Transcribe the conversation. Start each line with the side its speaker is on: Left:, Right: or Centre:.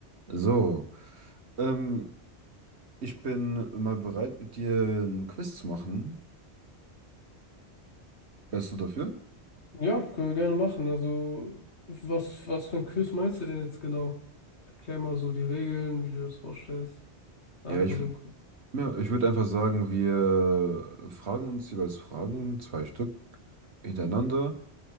Right: So, ähm, ich bin mal bereit, mit dir ein Quiz zu machen. Wärst du dafür?
Left: Ja, können wir gerne machen. Also, was, was für ein Quiz meinst du denn jetzt genau? Erklär mal so die Regeln, wie du dir das vorstellst. Einfach
Right: Ja, ich,
Left: so
Right: w-
Left: ein Quiz.
Right: ja, ich würde einfach sagen, wir fragen uns jeweils Fragen, zwei Stück hintereinander.